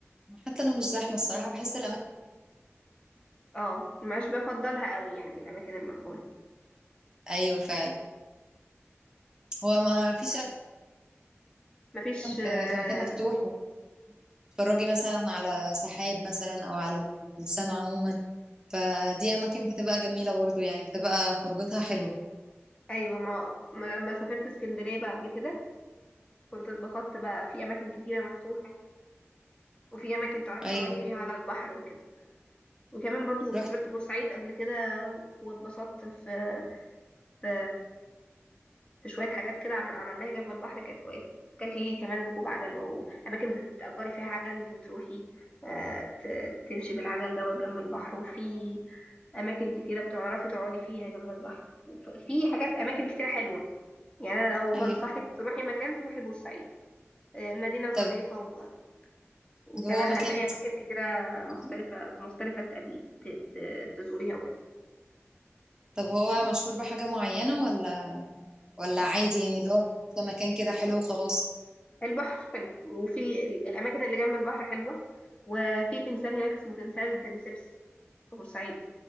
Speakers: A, on the right; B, on the left.
A: حتى لو مش زحمه الصراحه بحس الاماكن
B: اه مش بفضلها قوي يعني الاماكن المقفوله
A: ايوه فعلا هو ما فيش
B: مفيش
A: أحسن في
B: آه،
A: في مكان مفتوح تتفرجي مثلا على سحاب مثلا او على السماء عموما فدي اماكن بتبقى جميله برضو يعني بتبقى خروجاتها حلوه
B: ايوه ما ما أنا لما سافرت اسكندريه بقى قبل كده كنت اتبسطت بقى في اماكن كتيره مفتوحه وفي اماكن تعرفي
A: ايوه
B: تقعدي فيها على البحر وكده وكمان برضو
A: رحت
B: سافرت بورسعيد قبل كده واتبسطت في في في شوية حاجات كده عم- عملناها جنب البحر كانت كويسة كان في كمان ركوب عجل وأماكن بتأجري فيها عجل وتروحي آه، ت- تمشي بالعجل دوت جنب البحر وفي أماكن كتيرة بتعرفي تقعدي فيها جنب البحر وفي حاجات أماكن كتيرة حلوة يعني أنا لو بنصحك
A: ايوه
B: تروحي مكان تروحي بورسعيد آه، مدينة ظريفة
A: طب
B: و... وكمان
A: طب هو مكان
B: هتلاقي أماكن كتيرة مختلفة
A: مشهور؟
B: ومختلفة تقابلي ت... ت... تزوريها وكده
A: طب هو مشهور بحاجه معينه ولا ولا عادي يعني اللي هو مكان كده حلو وخلاص
B: البحر حلو وفي ال- الأماكن اللي جنب البحر حلوة وفي تمثال هناك اسمه تمثال دليسيبس في بورسعيد